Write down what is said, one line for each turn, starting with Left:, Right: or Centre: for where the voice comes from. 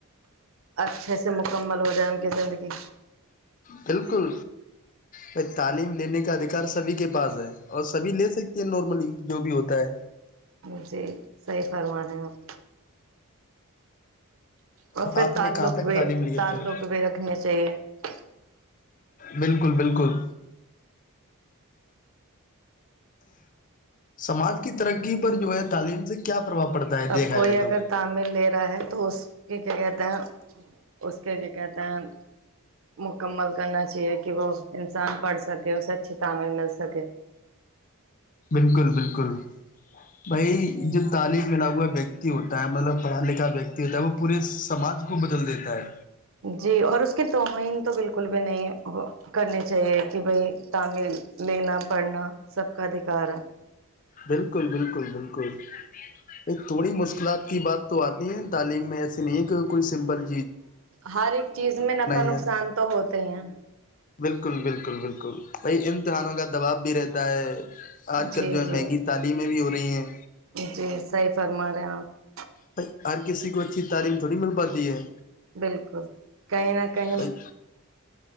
Right: اچھے سے مکمل ہو جائے کی زندگی
Left: بالکل ب تعلیم لینے کا ادھیکار سبھی کے پاس ہے اور سبھی لے سکتی ہیں نارملی جو بھی ہوتا ہے
Right: مجھے صحیح فرمانے ہیںپ اور پھر
Left: آپ
Right: تعلق
Left: نے کہاں تک
Right: بھی
Left: تعلیم لی
Right: تعلق
Left: ہے پھر
Right: بھی رکھنے چاہیے <inaudible>
Left: بالکل بالکل سماج کی ترقی پر جو ہے تعلیم سے کیا پربھؤ پڑتا ہے دیکھا
Right: اب کوئی
Left: جائے
Right: اگر
Left: تو
Right: تعمل لے رہا ہے تو اس کے کیا کہتے ہیں اس کے کیا کہتے ہیں مکمل کرنا چاہیے کہ وہ انسان پڑھ سکے اسے اچھی تعمیر مل سکے
Left: بالکل بالکل بھائی جو تعلیم ملا ہوا ویکتی ہوتا ہے مطلب پڑھا لکھا ویکتی ہوتا ہے وہ پورے سماج کو بدل دیتا ہے
Right: جی اور اس کی توہین تو بالکل بھی نہیں ہو کرنے چاہیے کہ بھائی تامل لینا پڑھنا سب کا ادھیکار ہے
Left: بالکل بالکل بالکل <inaudible> تھوڈی مشکلات کی بات تو آتی ہیں تعلیم میں ایسی نہیں ایک کوئی سمبل
Right: ہر ایک چیز میں نفع
Left: ہے
Right: نقصان تو ہوتے ہیں
Left: بالکل بالکل بالکل بائی اتحانوں کا دباؤ بھی رہتا ہے آج کل
Right: جی
Left: جو ہے
Right: جی
Left: مہنگی تالیم میں بھی ہو رہی ہیں
Right: جی صحیح فرما رہے ہیں آپ
Left: ھائی ہر کسی کو اچھی تعلیم تھوڑی مل پاتی ہے
Right: بالکل کہیں نہ کہیں
Left: بھائی